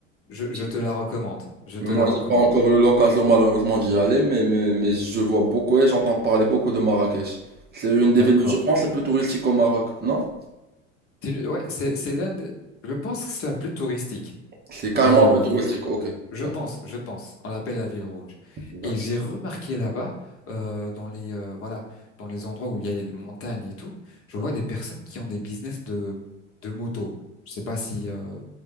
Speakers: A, on the left; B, on the right.
A: je, je
B: j'ai-
A: te la recommande. Je te
B: moi,
A: la recommande.
B: j'ai pas encore eu l'occasion malheureusement d'y aller, mais, mais, mais je vois beaucoup et j'entends parler beaucoup de Marrakech. C'est une des
A: D'accord.
B: villes, je pense, les plus touristiques au Maroc, non?
A: C'est une- Ouais, c'est c'est l'un des. Je pense que c'est la plus touristique.
B: C'est carrément
A: Et euh,
B: un peu tout
A: il y
B: Westwick.
A: a
B: Ok,
A: Je
B: d'accord,
A: pense, je pense. On l'appelle la ville rouge.
B: d'accord.
A: Et j'ai remarqué là-bas, euh, dans les euh, voilà, dans les endroits où il y a des montagnes et tout, je vois des personnes qui ont des business de de moto. Je sais pas si euh,